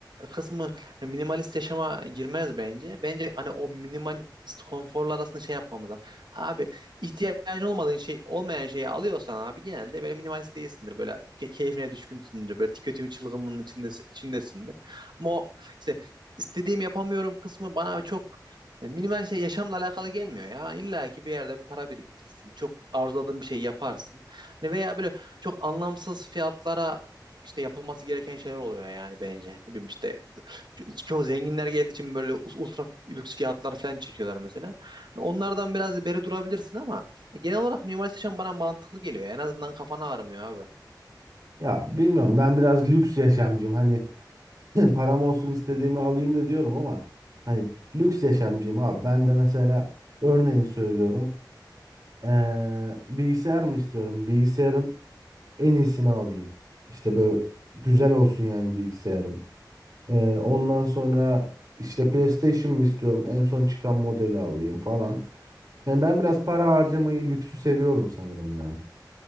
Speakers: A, on the right; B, on the right.
A: kısmı hani minimalist yaşama girmez bence. Bence hani o minimalist konforlar arasında şey yapmamız lazım. Abi ihtiyacın olmadığın şey olmayan şeyi alıyorsan abi genelde böyle minimalist değilsindir. Böyle ke- keyfine düşkünsündür. Böyle tüketim çılgınlığının içinde, içindesindir. Ama o işte istediğim yapamıyorum kısmı bana çok yani minimal şey yaşamla alakalı gelmiyor ya. İlla ki bir yerde bir para biriktirirsin. Çok arzuladığın bir şey yaparsın. Hani veya böyle çok anlamsız fiyatlara işte yapılması gereken şeyler oluyor yani bence. Ne bileyim işte Ço- çoğu zenginler geldiği için böyle us- ultra lüks fiyatlar falan çekiyorlar mesela. Hani Onlardan biraz beri durabilirsin ama e, genel olarak Mimar Sinan bana mantıklı geliyor. En azından kafana ağrımıyor abi.
B: Ya bilmiyorum ben biraz lüks yaşamcıyım hani <laughs> param olsun istediğimi alayım da diyorum ama hani lüks yaşamcıyım abi ben de mesela örneğin söylüyorum ee, bilgisayar mı istiyorum bilgisayarın en iyisini alayım. İşte böyle güzel olsun yani bilgisayarım. Ee, ondan sonra işte PlayStation mı istiyorum? En son çıkan modeli alayım falan. Yani ben biraz para harcamayı, lüksü seviyorum sanırım ya.